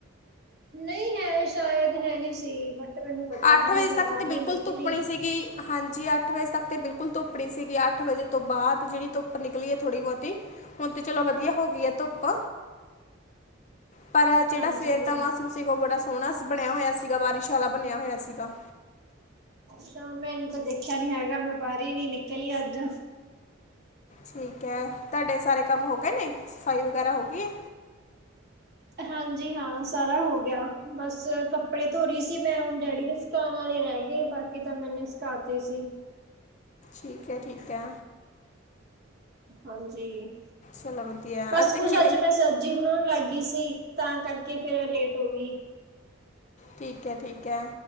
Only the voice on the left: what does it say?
ਅੱਠ
ਵਜੇ
ਤੱਕ
ਤੇ ਬਿਲਕੁਲ
ਤੁੁੱਪਣੀ ਸੀਗੀ ਹਾਂਜੀ ਅੱਠ ਅੱਠ ਵਜੇ ਤੱਕ ਤੇ ਬਿਲਕੁਲ ਧੁੱਪ ਨੀ ਸੀਗੀ ਅੱਠ ਵਜੇ ਤੋਂ ਬਾਅਦ ਜਿਹੜੀ ਧੁੱਪ ਨਿਕਲੀ ਹੈ ਥੋੜ੍ਹੀ ਬਹੁਤੀ ਹੁਣ ਤੇ ਚਲੋ ਵਧੀਆ ਹੋ ਗਈ ਹੈ ਧੁੱਪ ਪਰ ਜਿਹੜਾ
ਸਵੇਰ ਦਾ ਮੌਸਮ ਸੀਗਾ ਉਹ ਬੜਾ ਸੋਹਣਾ ਸੀਗਾ ਬਣਿਆ ਹੋਇਆ ਸੀਗਾ ਬਾਰਿਸ਼ ਵਾਲਾ ਬਣਿਆ ਹੋਇਆ ਸੀਗਾ
ਠੀਕ ਹੈ ਤੁਹਾਡੇ ਸਾਰੇ ਕੰਮ ਹੋ ਗਏ ਨੇ ਸਫ਼ਾਈ ਵਗੈਰਾ ਹੋ ਗਈ ਹੈ
ਠੀਕ ਹੈ ਠੀਕ ਹੈ
ਚਲੋ ਵਧੀਆ
ਤੇ
ਖੀ
ਠੀਕ ਹੈ ਠੀਕ ਹੈ